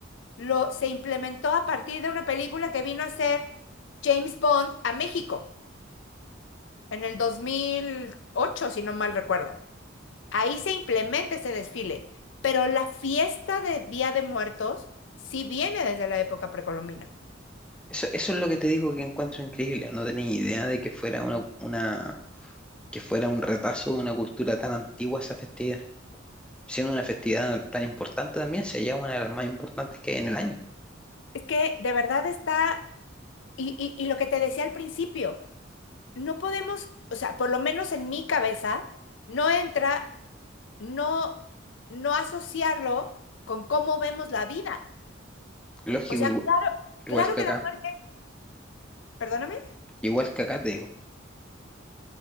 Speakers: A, on the left (about 65°); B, in the centre.
A: lo, se implementó a partir de una película que vino a hacer James Bond a México en el dos mil ocho si no mal recuerdo. Ahí se implementa ese desfile, pero la fiesta de Día de Muertos sí viene desde la época precolombina.
B: Eso, eso es lo que te digo que encuentro increíble, no tenía idea de que fuera una, una, que fuera un retazo de una cultura tan antigua esa festividad. siendo una festividad tan importante también, si allá una de las más importantes que hay en el año.
A: Es que de verdad está, y, y y lo que te decía al principio. no podemos, o sea, por lo menos en mi cabeza, no entra, no, no asociarlo con cómo vemos la vida.
B: Lógico,
A: O sea,
B: igual,
A: claro,
B: igual
A: claro
B: que
A: que
B: acá,
A: la muerte, perdóname,
B: igual que acá te digo,